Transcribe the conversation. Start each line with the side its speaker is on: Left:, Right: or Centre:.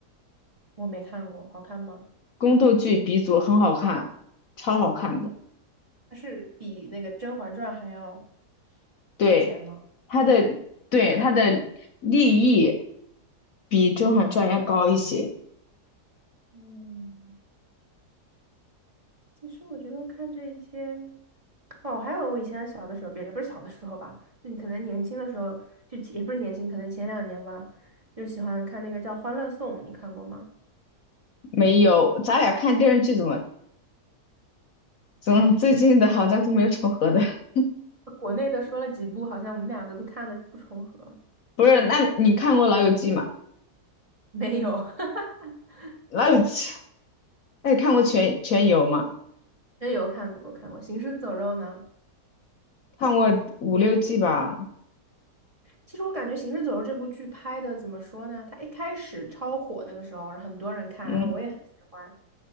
Right: 我没看过，好看吗？
Left: 宫斗剧鼻祖，很好看，超好看的。
Right: 它是比那个《甄嬛传》还要
Left: 对，
Right: 值钱吗？
Left: 它的对它的立意比《甄嬛传》要高一些。
Right: 嗯其实我觉得看这些，哦，还有我以前小的时候，也不是小的时候吧，就你可能年轻的时候，就也不是年轻，可能前两年吧，就喜欢看那个叫《欢乐颂》，你看过吗？
Left: 没有，咱俩看电视剧怎么怎么最近的好像都没有重合的。
Right: <laughs>
Left: <laughs>
Right: 国内的说了几部，好像我们俩的都看的不重合。
Left: 不是，那你看过《老友记》吗？
Right: 没有，<laughs>
Left: 那那你看过全全游吗？
Right: 真有看过看过《行尸走肉》呢。
Left: 看过五六季吧。
Right: 其实我感觉《行尸走肉》这部剧拍的怎么说呢？它一开始超火那个时候，很多人看，
Left: 嗯
Right: 然后我也很喜欢。